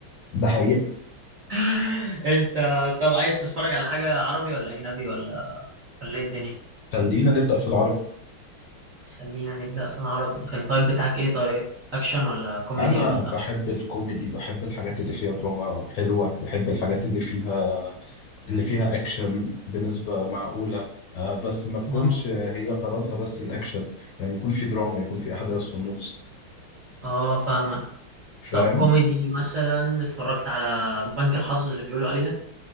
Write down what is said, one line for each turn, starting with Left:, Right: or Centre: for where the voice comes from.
Left: ده حقيقة
Right: <laughs> انت طب عايز تتفرج على حاجه عربي ولا اجنبي ولا ولا ايه الدنيا
Left: خلينا نبدأ في العربي
Right: خلينا نبدا في العربي التايب بتاعك ايه طيب اكشن ولا كوميدي
Left: انا
Right: ولا
Left: بحب الكوميدي بحب الحاجات اللي فيها دراما حلوة بحب الحاجات اللي فيها اللي فيها اكشن بنسبة معقولة آه، بس ما تكونش
Right: اه
Left: هي غرضها بس الاكشن يعني يكون في دراما يكون في احداث في النص
Right: اه فاهمك
Left: فاهم؟
Right: طب كوميدي مثلا اتفرجت على بنك الحظ اللي بيقولوا عليه ده